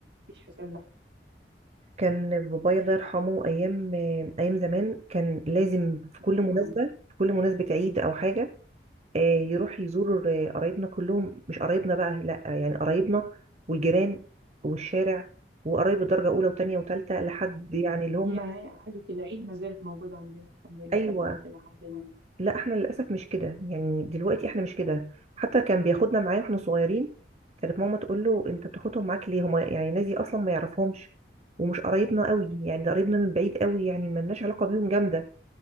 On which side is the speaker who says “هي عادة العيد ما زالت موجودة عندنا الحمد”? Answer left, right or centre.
Right